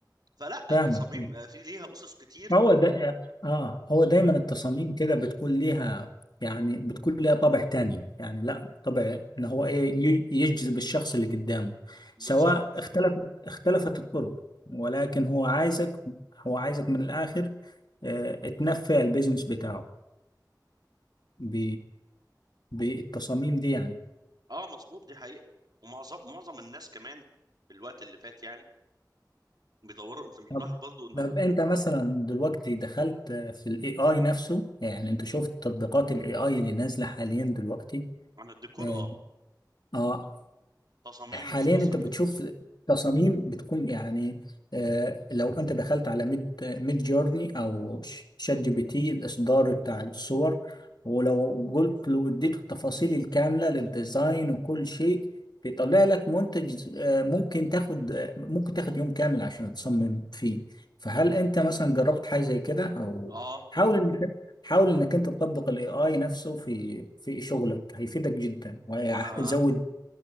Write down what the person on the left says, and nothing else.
فاهمك
هو ده اه هو دايما
التصاميم كده بتكون ليها يعني بتكون ليها طابع تاني يعني لا طابع ان هو ايه ي- يجذب الشخص اللي قدامه
سواء اختلف اختلفت الطرق ولكن هو عايزك هو عايزك من الاخر آه تنفع البيزنس بتاعه ب بالتصاميم دي يعني
طب
طب
انت مثلا دلوقتي دخلت في الاي اي نفسه يعني انت شفت تطبيقات الاي اي اللي نازله حاليا دلوقتي
آه،
آه،
حاليا
انت بتشوف تصاميم بتكون يعني آه، لو انت دخلت على ميد ميد جورني او ش- شات جي بي تي الاصدار بتاع الصور ولو قلت له اديته التفاصيل الكامله للديزاين وكل شيء بيطلع لك منتج آه، ممكن تاخد آه، ممكن تاخد يوم كامل عشان تصمم فيه فهل انت مثلا جربت حاجه زي كده او
حاول انك حاول انك انت تطبق الاي اي نفسه في في شغلك هيفيدك جدا وهيزود